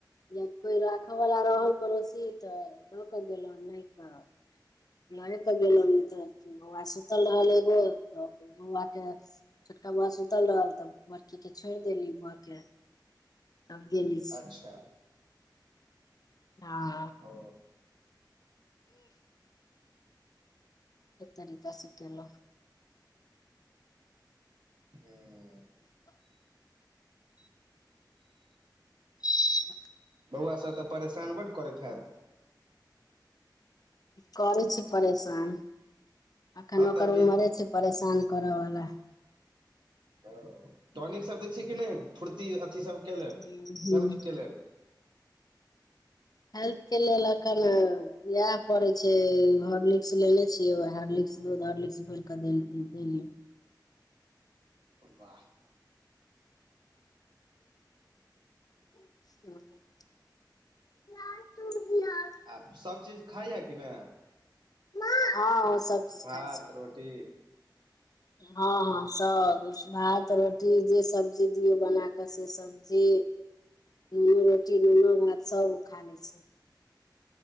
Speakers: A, on the left (about 55°); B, on the right (about 75°).
A: या कोई राखय वाला रहल त रसीटऽ द के गेलौ नइ तऽ ने क गेलो त बौआा सुतल रहल <unintelligible> ोल तऽट <unintelligible> छोटका बौआ सुतल रहल त् बड़की के छोड़ि देली बौआ के तब गेली
B: अच्छा
A: ह <unintelligible>
B: ओ
A: एत रीत सखल <unintelligible>
B: ह
A: <inaudible> <unintelligible> <unintelligible>
B: बौआ सभ तऽ परेशान बड करैत हैत
A: करै छै परेशान अखैन
B: हँ
A: ओकर
B: तऽ अभी
A: उमरे छै परेशान करऽ वला।
B: ओ टॉनिक सब दै छी कि नैं फुर्ती अथी सबके लेल
A: हूँ
B: हेल्थके लेल?
A: हेल्थ के लेल अखन इएह करै छैय हारलिक्स लेने छियै हारलिक्स दुध हारलिक्स घोरिकय कऽ दिही पी देली।
B: वाह
A: <unintelligible>
B: आब सब चीज खाइया कि नै?
A: माँ हँ ओ सब चीज
B: भात
A: खाइ छै
B: रोटी।
A: हँ हँ सब भात रोटी जे सब्जी दियौ बना कऽ से सब जे नून रोटी नुनो भात सब ओ खा लै छैय।